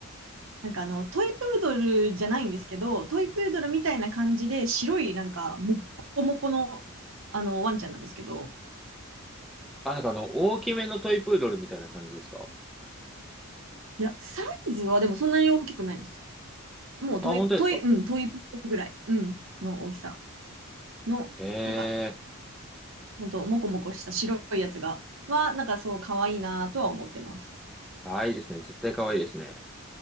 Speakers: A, on the right; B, in the centre.
A: なんかあの、トイプードルじゃないんですけど、トイプードルみたいな感じで、白いなんか、もっこもこの、あの、ワンちゃんなんですけど、
B: あ、なんかあの、大きめのトイプードルみたいな感じですか
A: いや、サイズはでもそんなに大きくないです。もうトイ、
B: あ、本当ですか
A: トイ、うん、トイプードルぐらい、うん、の大きさの、
B: へ
A: なんか、
B: え。
A: ほんと、もこもこした白いやつが、は、なんかそう、可愛いなとは思ってます。
B: あ、いいですね。絶対可愛いですね。